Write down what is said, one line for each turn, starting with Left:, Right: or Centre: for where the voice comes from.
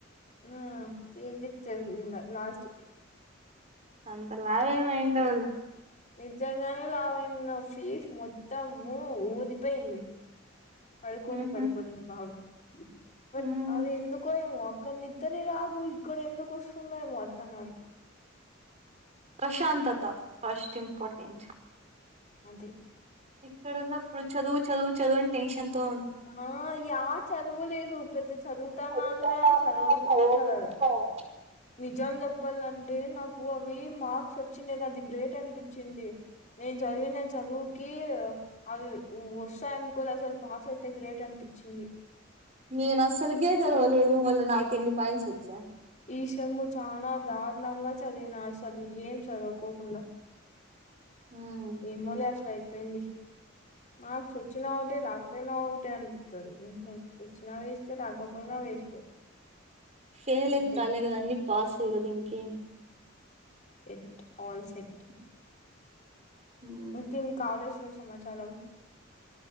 Left: హ్మ్ చెయ్యపించేది ఇంద లాస్ట్కి
Right: అంత లావెం అయ్యుండవులే
Left: నిజంగానే లావైన ఫీస్ మొత్తము ఊదిపోయింది పడికోని
Right: ఊహూ
Left: పడికోని బాగు బట్
Right: హ్మ్
Left: అది ఎందుకో ఇంగ కాని నిద్దరే రాదు ఇక్కడ ఎందుకు వస్తుందో ఏమో అర్థంకాదు
Right: ప్రశాంతత ఫస్ట్ ఇంపార్టెంట్
Left: అంతే
Right: ఇక్కడ ఉన్నప్పుడు చదువు చదువు చదువు అని టెన్షన్ తో ఉన్నా
Left: ఆ యా చదువులేదు పెద్ద చదువుతా
Right: చదువుతానే
Left: నాన్నే చదవదు
Right: ఉన్నా చదవను
Left: చదవల
Right: చదవను
Left: నిజ్జం చెప్పాలంటే నాకు అవి మార్క్స్ వచ్చిండేది అది గ్రేట్ అనిపించింది నేను చదివిన చదువుకి అవి వస్తాయనుకోలె అసలు పాస్ అయితే గ్రేట్ అనిపిచింది
Right: నేను అస్సలుకే చదవలేదు మళ్ళా నాకు ఎన్ని పాయింట్సు వ చ
Left: ఈ సెమ్ చానా దారుణంగా చదివినా అసలు ఏం చదువుకోకుండా
Right: ఉమ్
Left: ఏమోలే అట్లా ఐ పోయింది మార్క్స్ వచ్చిన ఒకటే రాకపోయినా ఒకటే అనిపిత్తది వచ్చినా వేస్టే రాకపోయినా వేస్టే
Right: ఫెయిల్లేం
Left: అంతే
Right: కాలే కదా అన్నీ పాసే కదా ఇంకేం
Left: సెట్ ఆల్ సెట్
Right: ఉమ్
Left: ఇంకేం కాలేజ్ లో స్ సమాచారం